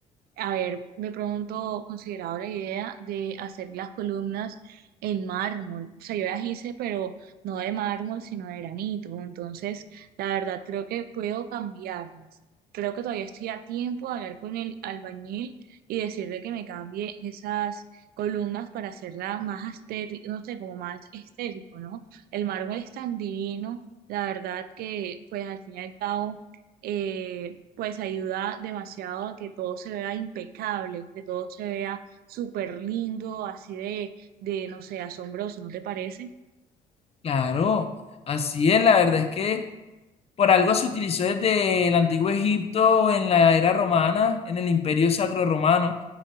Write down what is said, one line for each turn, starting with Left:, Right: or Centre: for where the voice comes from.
Right: haber de pronto considerado la idea de hacer las columnas en mármol. O sea, yo las hice, pero no de mármol, sino de granito. Entonces, la verdad, creo que puedo cambiarlas. Creo que todavía estoy a tiempo de hablar con el albañil y decirle que me cambie esas columnas para hacerla más estético, no sé, como más estético, ¿no? El mármol es tan divino, la verdad que, pues, al fin y al cabo, eh, pues ayuda demasiado a que todo se vea impecable, que todo se vea súper lindo, así de, de, no sé, asombroso, ¿no te parece?
Left: Claro, así es, la verdad es que por algo se utilizó desde el antiguo Egipto, en la era romana, en el imperio sacro romano.